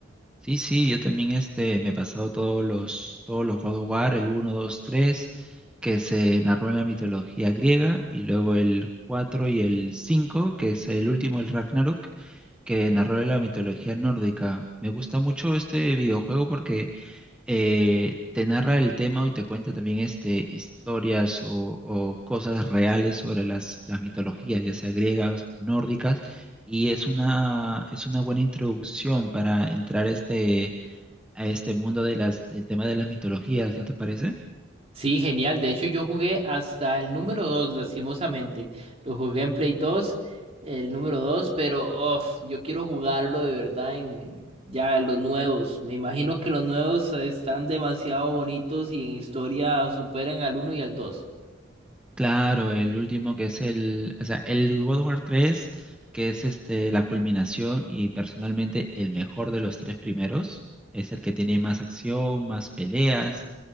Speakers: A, in the centre; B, on the right.
A: Sí, sí, yo también este me he pasado todos los todos los God of War, el uno, 2, 3, que se narró en la mitología griega, y luego el 4 y el 5, que es el último, el Ragnarok que narra la mitología nórdica. Me gusta mucho este videojuego porque eh, te narra el tema y te cuenta también este, historias o, o cosas reales sobre las, las mitologías, ya sea griegas o nórdicas, y es una, es una buena introducción para entrar a este, a este mundo de las, del tema de las mitologías, ¿no te parece?
B: Sí, genial. De hecho, yo jugué hasta el número 2 lastimosamente. Lo jugué en Play 2, el número 2 pero uf, yo quiero jugarlo de verdad en ya los nuevos. Me imagino que los nuevos están demasiado bonitos y en historia superan al uno y al dos
A: Claro, el último que es el, o sea, el God of War 3, que es este la culminación y personalmente el mejor de los tres primeros, es el que tiene más acción, más peleas,